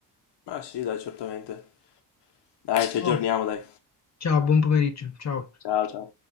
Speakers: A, on the left; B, on the left.
A: Ah sì, dai, certamente. Dai, ci
B: Ciao.
A: aggiorniamo, dai.
B: Ciao, buon pomeriggio. Ciao.
A: Ciao, ciao.